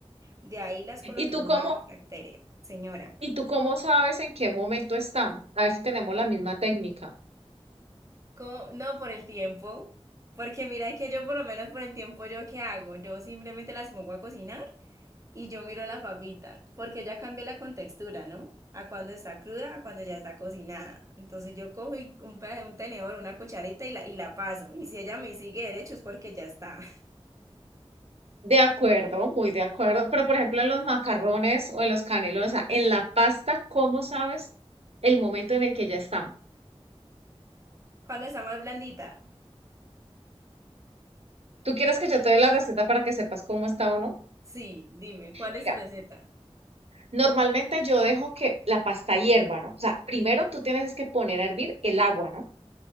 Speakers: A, on the right; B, on the right.
A: De ahí las coloqué
B: ¿Y tú
A: en
B: cómo,
A: una refractaria. Señora,
B: y tú cómo sabes en qué momento están? A ver si tenemos la misma técnica.
A: ¿Co? No por el tiempo, porque mira que yo por lo menos por el tiempo, ¿yo qué hago? Yo simplemente las pongo a cocinar. y yo miro la papita, porque ya cambié la contextura, ¿no? A cuando está cruda, a cuando ya está cocinada. Entonces yo cojo y un, pe- un tenedor, una cucharita y la, y la paso. Y si ella me sigue derecho es porque ya está.
B: De acuerdo, muy de acuerdo. Pero, por ejemplo, en los macarrones o en los canelones, o sea, en la pasta, ¿cómo sabes el momento en el que ya están?
A: <laughs> Cuando está más blandita?
B: ¿Tú quieres que yo te dé la receta para que sepas cómo está o no?
A: Sí, dime, ¿cuál
B: Mira,
A: es su receta?
B: normalmente yo dejo que la pasta hierva, ¿no? O sea, primero tú tienes es que poner a hervir el agua, ¿no?